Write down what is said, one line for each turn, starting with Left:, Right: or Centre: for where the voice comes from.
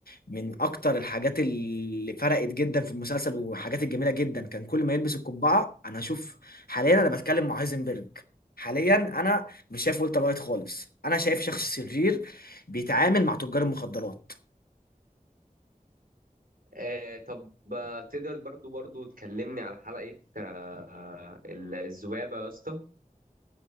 Left: من أكتر الحاجات اللي فرقت جدا في المسلسل وحاجات الجميلة جدا كان كل ما يلبس القبعة أنا أشوف حاليا أنا بتكلم مع هايزنبرج حاليا أنا مش شايف والتر وايت خالص أنا شايف شخص شرير بيتعامل مع تجار المخدرات
Right: آه طب آه، تقدر برضو برضو تكلمني على حلقه آه ال- الذبابه يا اسطى